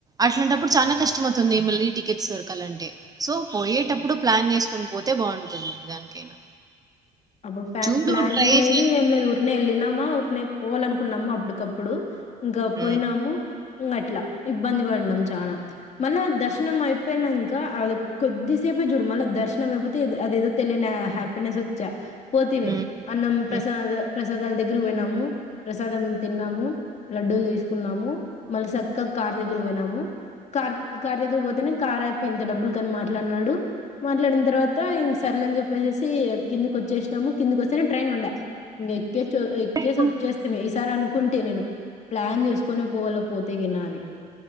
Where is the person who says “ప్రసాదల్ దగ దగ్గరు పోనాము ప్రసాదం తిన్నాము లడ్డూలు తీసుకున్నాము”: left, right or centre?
Left